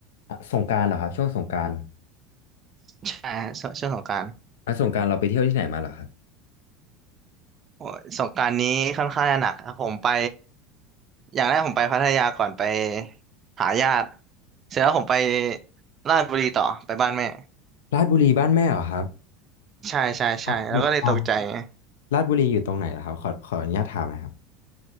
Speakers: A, on the left (about 75°); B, on the right (about 35°).
A: อ่ะสงกรานต์เหรอครับช่วงสงกรานต์
B: ใช่ฮะช่วงช่วงสงกรานต์
A: อ่ะสงกรานต์เราไปเที่ยวที่ไหนมาเหรอครับ
B: โอ้ยสงกรานต์นี้ค่อนข้างจะหนักครับผมไป อย่างแรกผมไปพัทยาก่อนไปหาญาติเสร็จแล้วผมไปราชบุรีต่อไปบ้านแม่
A: ราชบุรีบ้านแม่เหรอครับ
B: ใช่ใช่ใช่แล้วก็เลยตกใจไง
A: อ่ะเนี่ยอ่าราชบุรีอยู่ตรงไหนเหรอครับขอขออนุญาตถามหนะครับ